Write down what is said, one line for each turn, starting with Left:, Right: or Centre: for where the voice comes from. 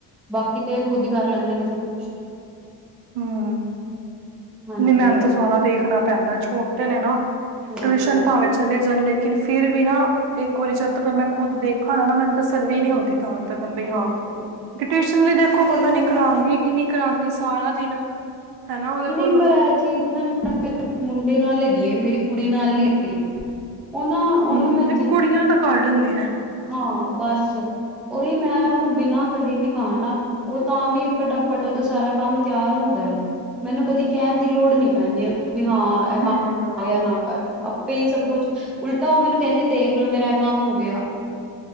Centre: ਬਾਕੀ ਤੇ ਖੁਦ ਹੀ ਕਰ ਲੈਂਦੇ ਨੇ ਸਭ ਕੁਛ।
Right: ਹਮ
Centre: ਹਾਂਜੀ
Right: ਨ ਮੈਨ
Centre: ਹਾਂਜੀ
Right: ਤੋਂ ਸਾਰਾ ਦੇਖਣਾ ਪੈਂਦਾ ਛੋਟੇ ਨੇ ਨਾ। ਟਿਊਸ਼ਨ
Centre: ਹਾਂਜੀ ਹਾਂਜੀ
Right: ਭਾਵੇਂ ਚਲੇ ਜਾਣ ਲੇਕਿਨ ਫਿਰ ਵੀ ਨਾ। ਇੱਕ ਵਾਰੀ ਜਦ ਤੱਕ ਮੈਂ ਖੁ ਦ ਦੇਖਾ ਨਾ ਮੈਨੂੰ ਤਸੱਲੀ ਨੀ ਹੁੰਦੀ ਤਾਂ ਹਦ ਤੱਕ। ਹਾਂ
Centre: ਹਾਂਜੀ
Right: ਤੇ ਟਿਊਸ਼ਨ ਲਈ ਦੇਖੋ
Centre: ਚੀਜ਼
Right: ਪਤਾ ਨੀ
Centre: ਮੈਨੂੰ
Right: ਕਰਾਉਂਦੀ ਹੈ ਕਿ ਨਹੀਂ ਕਰਾਉਂਦੀ ਸਾਰਾ ਦਿਨ ਹਨਾ ਉਹਦੇ
Centre: ਨਹੀਂ
Right: ਕੋਲੋਂ
Centre: ਪਰ ਇਹ ਚੀਜ਼ ਨਾ ਮੇ ਮੁੰਡੇ ਨਾਲ ਹੈਗੀ ਹੈ ਮੇਰੀ ਕੁੜੀ ਨਾਲ ਨਹੀਂ। ਉਹਨਾਂ ਉਹਨੂੰ
Right: ਹੂੰ,
Centre: ਮੈਂ ਜਿੱ
Right: ਕੁੜੀਆਂ ਤਾਂ ਕਰ ਲੈਂਦੀਆਂ।
Centre: ਹਾਂ ਬਸ ਓਹੀ ਮੈਂ ਉਹਨੂੰ ਬਿਨਾਂ ਕਹੇ ਵੀ ਕ ਨਾ। ਉਹ ਤਾਂ ਵੀ ਫਟਾਫਟ ਉਹਦਾ ਸਾਰਾ ਕੰਮ ਤਿਆਰ ਹੁੰਦਾ ਹੈ। ਮੈਨੂੰ ਕਦੀ ਕਹਿਣ ਦੀ ਲੋੜ ਨੀ ਪੈਂਦੀ ਉਹ ਵੀ ਹਾਂ
Right: ਹੂੰ।
Centre: ਨਾ ਕਰ ਆਪੇ ਹੀ ਸਭ। ਕੁੱਝ ਉਲਟਾ ਉਹ ਮੈਨੂੰ ਕਹਿੰਦੇ, ਦੇਖਲੋ ਮੇਰਾ ਕੰਮ ਹੋ ਗਿਆ।